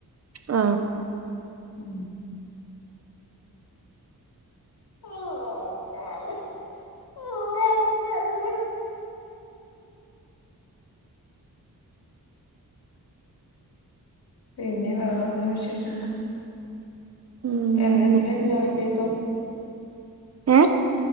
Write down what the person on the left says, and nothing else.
ഉം ഉഴച്ചാണ് ഉഴന്ന പിന്നെ വേറെ എന്താ വിശേഷം എന്താ
എന്നെ തിലും ജോയിൻ ചെയ്തു